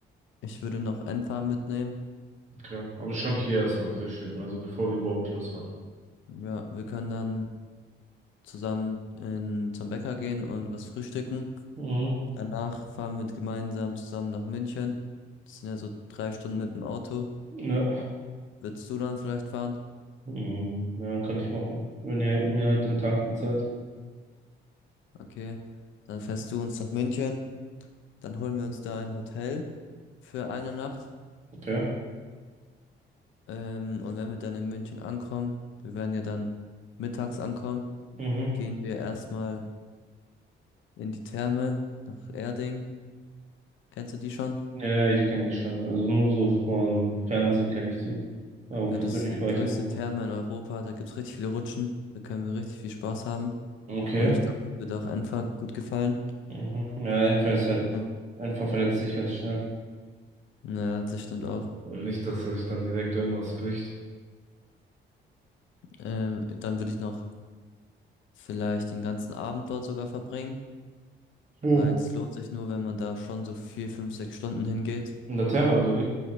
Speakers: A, on the left (about 75°); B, on the right (about 35°).
A: ich würde noch Enfa mitnehmen.
B: okay. Aber schon hier erstmal frühstücken, also bevor wir überhaupt losfahren.
A: Ja, wir können dann zusammen in, zum Bäcker gehen und was frühstücken.
B: Mhm.
A: Danach fahren wir gemeinsam zusammen nach München. Das sind ja so drei Stunden mit dem Auto.
B: Ja.
A: Würdest du dann vielleicht fahren?
B: Mhm. Ja, kann ich machen. Wenn ihr mir halt den Tank bezahlt.
A: Okay. Dann fährst du uns nach München. Dann holen wir uns da ein Hotel für eine Nacht.
B: Okay.
A: Ähm, und wenn wir dann in München ankommen, wir werden ja dann mittags ankommen,
B: Mhm.
A: gehen wir erstmal in die Therme nach Erding. Kennst du die schon?
B: Ja, ja, ich kenne die schon. Also nur so vom Fernsehen kenne ich die. Aber
A: Ja,
B: persönlich
A: das ist die
B: war
A: größte
B: ich noch nie
A: Therme
B: da.
A: in Europa. Da gibt's richtig viele Rutschen. Da können wir richtig viel Spaß haben.
B: Okay.
A: Und ich glaube, das wird auch Enfer gut gefallen.
B: Mhm. Ja, Enfer ist halt,
A: Ähm,
B: Enfer verletzt sich halt schnell.
A: Ja, das stimmt auch.
B: Und nicht, dass er sich dann direkt irgendwas bricht.
A: Ähm, dann würde ich noch vielleicht den ganzen Abend dort sogar verbringen,
B: Wo?
A: weil es lohnt sich nur, wenn man da schon so vier, fünf, sechs Stunden hingeht.
B: In der Therme, oder wie?